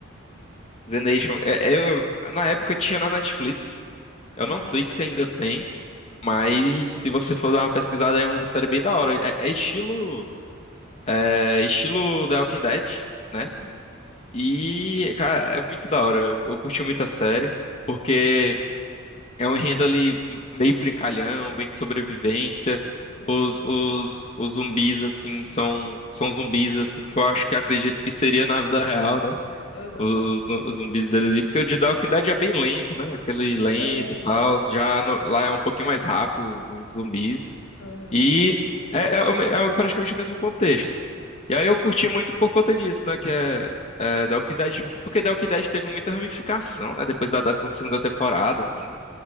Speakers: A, on the left; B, on the left.
A: The Nation. É, é, eu, na época tinha na Netflix. Eu
B: Aham.
A: não sei se ainda tem, mas se você for dar uma pesquisada, é uma série bem da hora. É, é estilo, é estilo The Walking Dead,
B: Uhum.
A: né? E, cara, é muito da hora. Eu, eu curti muito a série, porque é um enredo ali meio brincalhão, bem de sobrevivência.
B: Sei.
A: Os, os, os zumbis, assim, são, são zumbis, assim, que eu acho que acredito que seria na vida real, né?
B: Aham.
A: os, os zumbis dele ali, porque o de The Walking Dead é bem lento, né? Aquele lento
B: É.
A: e tal. Já no- lá é um pouquinho mais rápido os zumbis.
B: Aham.
A: E é, é, o me- é praticamente o mesmo contexto.
B: Sei.
A: E aí eu curti muito por conta disso, né? Que é, é The Walking Dead, porque The Walking Dead teve muita ramificação, né? Depois da décima segunda temporada, assim.